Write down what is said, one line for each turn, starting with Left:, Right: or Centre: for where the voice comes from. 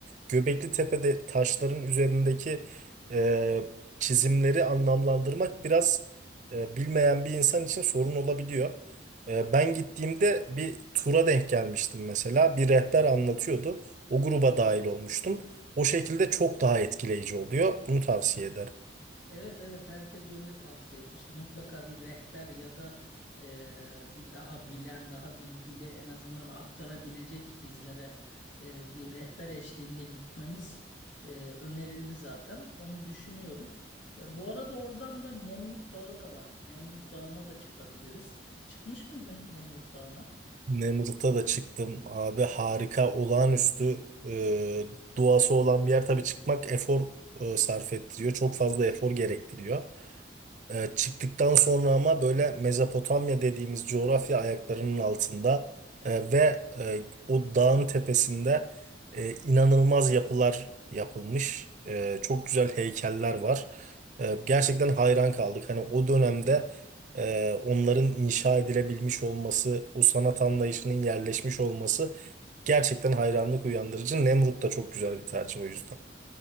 Right: Göbekli Tepe'de taşların üzerindeki e, çizimleri anlamlandırmak biraz e, bilmeyen bir insan için sorun olabiliyor. E, ben gittiğimde bir tura denk gelmiştim mesela. Bir rehber anlatıyordu. O gruba dahil olmuştum. O şekilde çok daha etkileyici oluyor. Bunu tavsiye ederim.
Left: Evet evet herkes öyle tavsiye etmişti. Mutlaka bir rehber ya da e, bir daha bilen, daha bilgili en azından aktarabilecek bizlere e, bir rehber eşliğinde gitmemiz e, önerildi zaten. Onu düşünüyoruz. E, bu arada oradan da Nemrut Dağı da var. Nemrut Dağı'na da çıkabiliriz. Çıkmış mıydın Nemrut Dağı'na?
Right: Nemrut'a da çıktım abi harika olağanüstü e, doğası olan bir yer tabii çıkmak efor e, sarf ettiriyor. Çok fazla efor gerektiriyor. E, çıktıktan sonra ama böyle Mezopotamya dediğimiz coğrafya ayaklarının altında e, ve e, o dağın tepesinde e, inanılmaz yapılar yapılmış. E, çok güzel heykeller var. E, gerçekten hayran kaldık. Hani o dönemde e, onların inşa edilebilmiş olması, o sanat anlayışının yerleşmiş olması gerçekten hayranlık uyandırıcı. Nemrut da çok güzel bir tercih o yüzden.